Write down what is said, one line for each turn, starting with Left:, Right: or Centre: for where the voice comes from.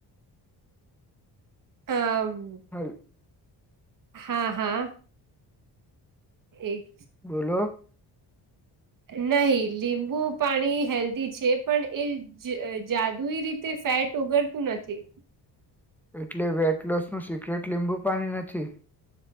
Right: હ
Centre: હાલ
Right: હા હા એક
Centre: બોલો
Right: નહી લીંબુ પાણી હેલ્ધી છે પણ એ જાદુઈ રીતે ફેટ ઓગરતું નથી.
Centre: એટલે વેઇટ લોસ નું સિક્રેટ લીંબુ પાણી નથી.